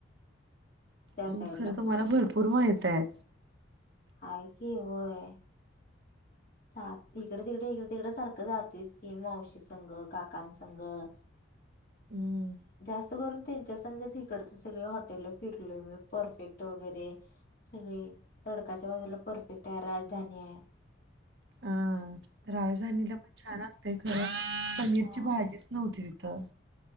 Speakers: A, on the left; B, on the right.
A: त्या
B: हम्
A: साईडला
B: खरं तुम्हाला
A: पण
B: भरपूर माहितये.
A: हाय की व्हय. चा इकडे तिकडे इकडे तिकड सारखं जातेस की मावशी संघ काकान संघ. <inaudible>
B: हूं!
A: जास्त करून त्यांच्या संगच इकडच सगळ हॉटेल फिरलोय मी परफेक्ट वगैरे. सगळे तडकाच्या बाजूला परफेक्ट आहे, राजधानी आहे.
B: हां. राजधानीला पण छान असतेय खरं, पनीरची
A: छान
B: भाजीच नव्हती तिथं.